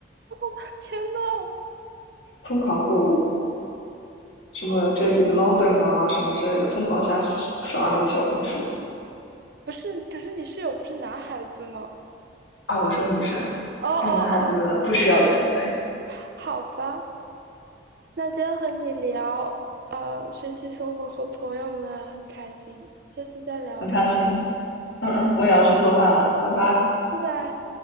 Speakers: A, on the right; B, on the left.
A: <laughs>，天呐，
B: 疯狂购物。什么
A: 好，
B: JD 的 London 啊，什么之类的，疯狂下刷那个小红书
A: 不是，可是你室友不是男孩子吗？
B: 啊。我说女生，
A: 哦哦哦
B: 那个男孩子不需要减肥，
A: <laughs>，好吧，那今天和你聊，呃，学习生活和朋友们很开心，下次再聊吧，
B: 很开心。嗯嗯，我也要去做饭了，拜拜。
A: 拜拜。